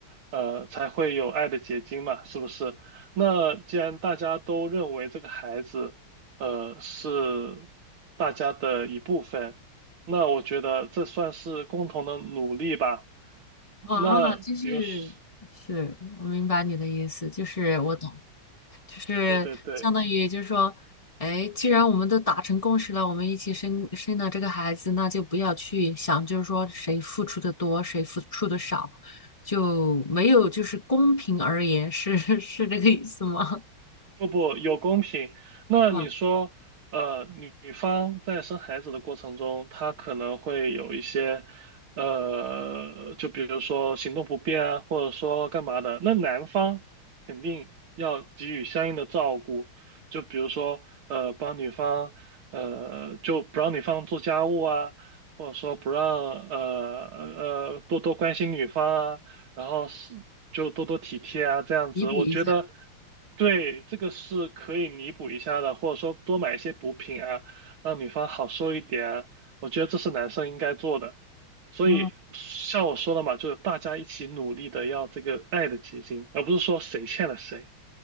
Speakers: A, on the right (about 80°); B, on the left (about 20°).
A: 呃，才会有爱的结晶嘛，是不是？那既然大家都认为这个孩子。呃，是大家的一部分。那我觉得这算是共同的努力吧。
B: 啊，
A: 那比如说
B: 就是是，我明白你的意思，就是我懂。就是相当于就是说，
A: 对对对对。
B: 哎，既然我们都达成共识了，我们一起生生了这个孩子，那就不要去想，就是说谁付出的多，谁付出的少，就没有就是公平而言，是 <laughs> 是这个意思吗？
A: 不不有公平。那你说，
B: <laughs> 哇，
A: 呃，女女方在生孩子的过程中，她可能会有一些，呃，就比如说行动不便啊，或者说干嘛的，那男方肯定要给予相应的照顾，就比如说，呃，帮女方，呃，就不让女方做家务啊，或者说不让，呃呃，呃多多关心女方啊。然后是就多多体贴啊，这样子，
B: 弥补一下。
A: 我觉得对这个是可以弥补一下的，或者说多买一些补品啊，让女方好受一点啊，我觉得这是男生应该做的。所以像我说的嘛，
B: 嗯
A: 就是大家一起努力的要这个爱的结晶，而不是说谁欠了谁。